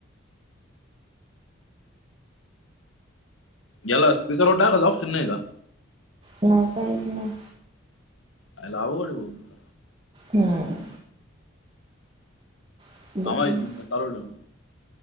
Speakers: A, on the left (about 75°); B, on the right (about 30°).
A: याला स्पीकरवर टाकायचं ऑप्शन नाही का?
B: नाही काहीच नाही.
A: अ लावू पड <unintelligible>
B: हम्म. हम्म
A: थांबा एक मिनिटं चालू ठेवा.